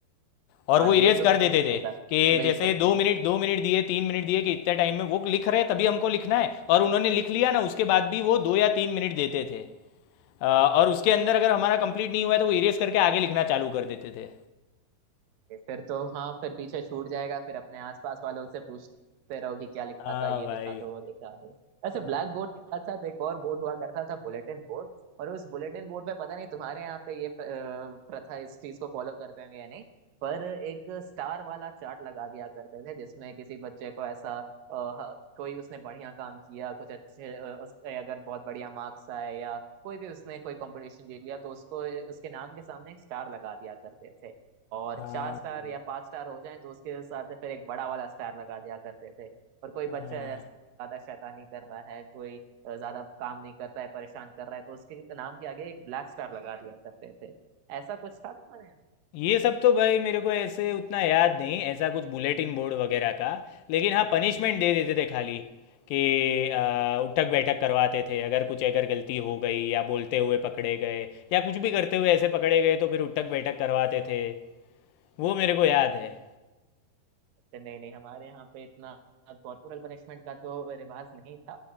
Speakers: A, on the left (about 75°); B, on the right (about 70°).
A: और
B: हाँ
A: वो
B: ये
A: इरेज
B: तो
A: कर देते
B: हुआ
A: थे
B: होता
A: कि
B: बिल्कुल
A: जैसे
B: बिल्कुल।
A: दो मिनट दो मिनट दिए तीन मिनट दिए कि इतने टाइम में वो लिख रहे हैं, तभी हमको लिखना है और उन्होंने लिख लिया ना उसके बाद भी वो दो या तीन मिनट देते थे अ, और उसके अंदर अगर हमारा कंप्लीट नहीं हुआ है तो वो इरेज करके आगे लिखना चालू कर देते थे
B: ये फिर तो हाँ फिर पीछे छूट जाएगा फिर अपने आसपास वालों से पूछते रहो कि क्या लिखा
A: हाँ
B: था ये
A: भाई
B: दिखा दो वो दिखा दो ऐसे
A: हाँ
B: ब्लैक बोर्ड के साथ साथ एक और बोर्ड हुआ करता था बुलेटिन बोर्ड और उस बुलेटिन बोर्ड पे पता नहीं तुम्हारे यहाँ पे ये अ, प्रथा इस चीज को फॉलो करते होंगे या नहीं पर एक स्टार वाला चार्ट लगा दिया करते थे जिसमें किसी बच्चे को ऐसा अ, ह- कोई उसने बढ़िया काम किया कुछ अच्छे अ, उस- अगर बहुत बढ़िया मार्क्स आए या कोई भी उसने कोई कंपटीशन जीत लिया तो उसको अ, उसके नाम के सामने एक स्टार लगा दिया करते थे और
A: हाँ
B: चार स्टार
A: भाई
B: या पांच स्टार हो जाए तो उसके साथ फिर एक बड़ा वाला स्टार लगा दिया करते थे और कोई
A: हाँ
B: बच्चा ऐसा कोई ज्यादा शैतानी कर रहा है कोई अ, ज्यादा काम नहीं करता है परेशान कर रहा है तो उसके नाम के आगे एक ब्लैक स्टार लगा दिया करते थे ऐसा कुछ था तुम्हारे यहाँ
A: ये सब तो भाई मेरे को ऐसे उतना याद नहीं ऐसा कुछ बुलेटिन बोर्ड वगैरह का लेकिन हाँ
B: हम्म,
A: पनिशमेंट
B: हम्म।
A: दे देते थे खाली कि आ, उठक बैठक करवाते थे अगर कुछ अगर गलती हो गई या बोलते हुए पकड़े गए या कुछ भी करते हुए ऐसे पकड़े गए तो फिर उठक बैठक करवाते थे वो मेरे को याद है
B: नहीं नहीं हमारे यहाँ पे इतना कॉर्पोरल पनिशमेंट का तो रिवाज नहीं था